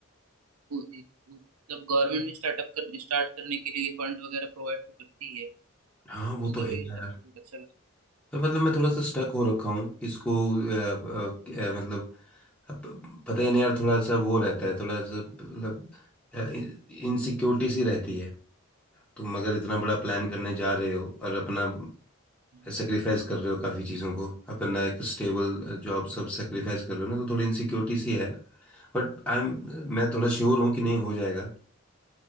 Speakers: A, on the right (about 90°); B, in the centre.
A: तो एक- मतलब गवर्नमेंट भी स्टार्टअप कर स्टार्ट करने के लिए फंड वगैरह प्रोवाइड तो करती है
B: हाँ
A: उसका
B: वो तो है
A: भी
B: ही
A: मतलब अच्छा कर सकते
B: तो मतलब मैं थोड़ा सा स्टक हो रखा हूँ इसको अ, अ, अ, मतलब अब पता ही नहीं यार थोड़ा सा वो रहता है थोड़ा सा मतलब इनसिक्योरिटी सी रहती है तुम अगर इतना बड़ा प्लान
A: हैं। हम्म,
B: करने जा रहे हो और अपना
A: हम्म,
B: सेक्रीफाइस कर रहे हो काफ़ी चीज़ों को अपना एक स्टेबल जॉब
A: हम्म।
B: सब
A: हम्म।
B: सेक्रीफाइस कर रहे हो ना तो थोड़ी इनसिक्योरिटी सी है बट आई एम मैं थोड़ा श्योर हूँ कि नहीं हो जाएगा